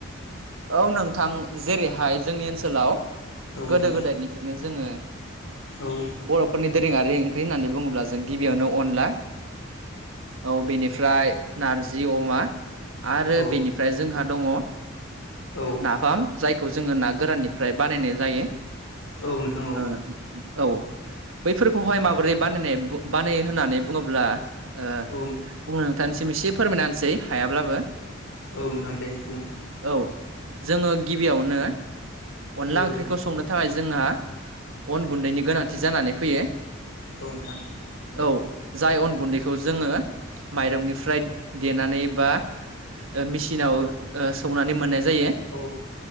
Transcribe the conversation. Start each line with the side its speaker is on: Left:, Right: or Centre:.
Right: औ नोंथां जेरैहाय जोंनि ओनसोलाव
Left: हागोन
Right: गोदो
Left: ना?
Right: गोदायनिफ्रायनो जोङो
Left: औ नोंथां
Right: बर'फोरनि दोरोङारि ओंख्रि होननानै बुङोब्ला जों गिबियावनो अनला औ बेनिफ्राय नारजि अमा आरो
Left: औ
Right: बेनिफ्राय जोंहा दङ
Left: औ
Right: नाफाम जायखौ जोङो ना गोराननिफ्राय बानायनाय जायो
Left: औ नोंथां औ
Right: ओ औ बैफोरखौहाय माबोरै बानाय बानाय होननानै बुङोब्ला आं
Left: औ
Right: नोंथांनिसिम एसे फोरमायसै हायाब्लाबो
Left: औ नोंथां दे बुं
Right: औ जोङो गिबियावनो अनला
Left: औ
Right: ओंख्रिखौ
Left: नोंथां
Right: संनो थाखाय जोंहा अन गुन्दैनि गोनांथि जानानै फैयो
Left: औ नोंथां
Right: औ जाय अन गुन्दैखौ जोङो माइरंनिफ्राय देनानै बा मेसिनाव सौनानै मोननाय जायो
Left: औ